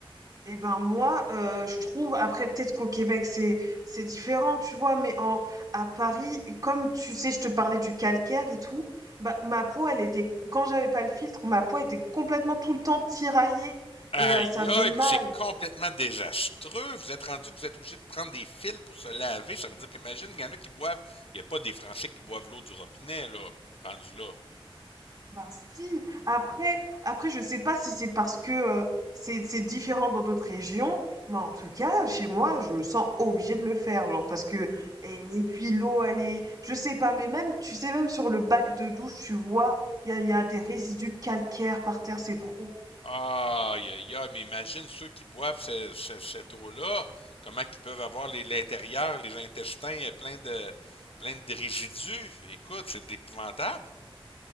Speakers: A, on the right (about 45°); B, on the left (about 80°).
A: Eh ben moi, euh, je trouve, après peut-être qu'au Québec c'est c'est différent, tu vois, mais en à Paris, et comme tu sais, je te parlais du calcaire et tout, bah ma peau, elle était, quand j'avais pas le filtre, ma peau était complètement tout le temps tiraillée
B: Aïe
A: et euh, ça
B: aïe,
A: faisait mal.
B: mais c'est complètement désastreux. Vous êtes rendu que vous êtes obligé de prendre des fils pour se laver. Ça veut dire qu'imagine, il y en a qui boivent. Il n'y a pas des Français qui boivent l'eau du robinet, là, rendu là.
A: Bah si, après après je sais pas si c'est parce que euh, c'est c'est différent dans d'autres régions, mais en tout cas chez moi je me sens obligée de le faire genre parce que et, et puis l'eau elle est je sais pas mais même tu sais même sur le bac de douche tu vois il y a, il y a des résidus calcaires par terre c'est trop.
B: Aïe aïe aïe, mais imagine ceux qui boivent ce- ce- cette eau-là, comment qu'ils peuvent avoir les- l'intérieur, les intestins euh, plein de plein de résidus. Écoute, c'est épouvantable.